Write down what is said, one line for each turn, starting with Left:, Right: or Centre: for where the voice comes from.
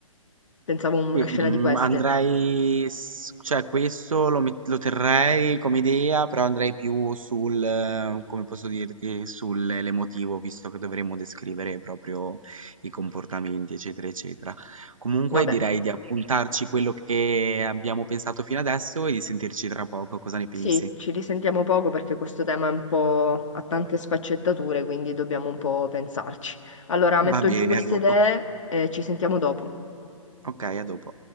Left: Pensavo a una
Right: Qui,
Left: scena
Right: mhmm,
Left: di queste.
Right: andrei s cioè questo lo met lo terrei come idea, però andrei più sul eh, come posso dirti, sul l'emotivo, visto che dovremmo descrivere proprio i comportamenti, eccetera, eccetera. Comunque
Left: Vabbè,
Right: direi di appuntarci quello che abbiamo pensato fino adesso e di sentirci tra poco, cosa ne pensi?
Left: sì, ci risentiamo poco perché questo tema è un po' ha tante sfaccettature, quindi dobbiamo un po' pensarci. Allora, metto
Right: Va bene,
Left: giù queste
Right: a dopo.
Left: idee e ci sentiamo dopo.
Right: Okay, a dopo.